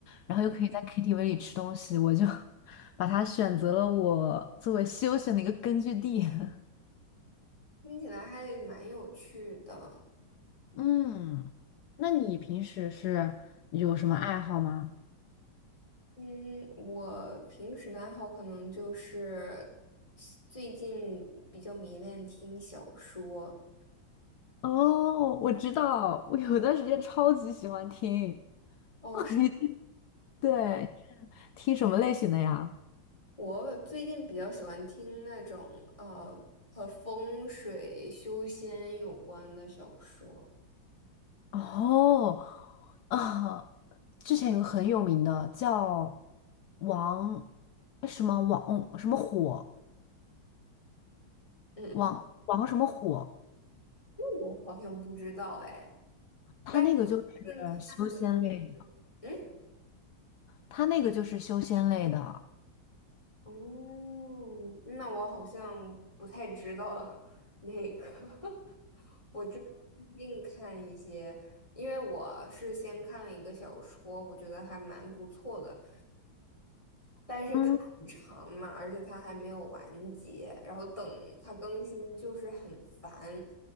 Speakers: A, on the left (about 70°); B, on the left (about 15°).
A: 然后又可以在 KTV 里吃东西，我就 <laughs> 把它选择了我作为休闲的一个根据地。<laughs>
B: 听起来还蛮有趣的。
A: 嗯，那你平时是有什么爱好吗？
B: 嗯，我平时的爱好可能就是最近比较迷恋听小说。
A: 哦，我知道，我有段时间超级喜欢听。
B: 哦，
A: <laughs>
B: 是
A: 你对，听什么类型的呀？
B: 我最近比较喜欢听那种呃和风水修仙有关的小说。
A: 哦，啊，之前有个很有名的叫王哎什么王什么火
B: 嗯，
A: 王王什么火，
B: <laughs> 我好像不知道哎。
A: 他那个就是
B: 但是我近看的，
A: 修仙类的，
B: 嗯，
A: 他那个就是修仙类的啊，
B: 哦，那我好像不太知道 <laughs> 那个，<laughs> 我这近看一些，因为我是先看了一个小说，我觉得还蛮不错的，但是它很长嘛，
A: 嗯
B: 而且它还没有完结，然后等它更新就是很烦。